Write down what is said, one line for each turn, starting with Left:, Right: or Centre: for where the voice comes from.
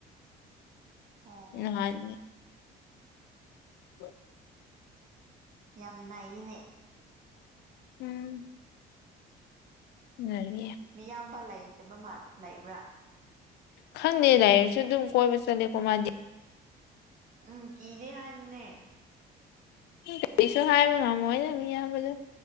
Right: ꯑꯣ ꯑꯣ
Left: ꯅꯍꯥꯟ ꯍ <inaudible>
Right: ꯌꯥꯝ ꯅꯩꯌꯦꯅꯦ
Left: ꯎꯝ ꯉꯥꯜꯂꯤꯌꯦ
Right: ꯃꯌꯥꯝꯕ ꯂꯩꯇꯕ ꯃꯥꯜ ꯂꯩꯇꯕ꯭ꯔꯥ
Left: ꯈꯪꯗꯦ ꯂꯩꯔꯁꯨ ꯑꯗꯨꯝ ꯀꯣꯏꯕ ꯆꯠꯂꯦꯀꯣ ꯃꯥꯗꯤ
Right: ꯎꯝ ꯀꯤꯗꯦ ꯍꯥꯏꯕꯅꯦ
Left: ꯀꯔꯤꯁꯨ ꯍꯥꯏꯕ ꯉꯝꯃꯣꯏꯅꯦ ꯃꯌꯥꯝꯕꯗꯨ